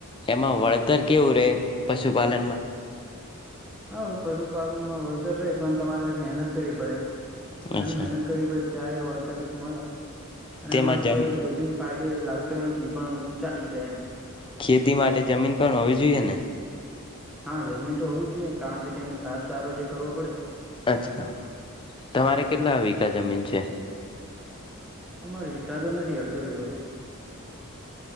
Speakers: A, on the left; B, in the centre.
A: એમાં વળતર કેવું રહે પશુપાલનમાં
B: હા પશુપાલનમાં વળતર રહે પણ તમારે મહેનત કરવી પડે ઘણી
A: અચ્છા
B: મહેનત કરવી પડે ત્યારે વળતર મળે અને
A: તેમાં
B: એમાં
A: જમ
B: કોઈ એટલું બધું ફાયદો એ લાગતો નથી પણ ચાલ્યું જાય એમ
A: ખેતી માટે જમીન પણ હોવી જોઈ એને
B: હા જમીન તો હોવી જ જોઈએ કારણ કે તેમને ઘાસ સારો જે કરવો પડે
A: અચ્છા તમારે કેટલા વિગા જમીન છે
B: અમાર વિગાતો નથી અડસો વિગોસે